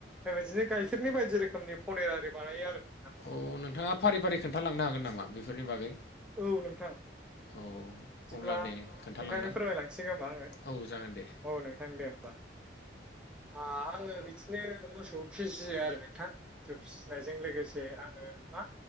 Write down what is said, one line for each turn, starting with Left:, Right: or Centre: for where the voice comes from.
Centre: बेबायदिनो गाइखेरनि बायदि रोखोमनि पनिर आरि बानायो आरो। नोंथां
Left: अह नोंथाङा फारि फारि खोन्थालांनो हागोन नामा बेफोरनि बागै?
Centre: औ नोंथां।
Left: औ।
Centre: बिदिब्ला
Left: अब्ला दे खोन्थालांनाय
Centre: नोंथांनि फोरमायलांसै खोमा आङो।
Left: औ जागोन दे।
Centre: अह नोंथां दे होमबा। आङो बिदिनो मोसौ फिसियो आरो नोंथां मोसौ फिसिनायजों लोगोसे आङो मा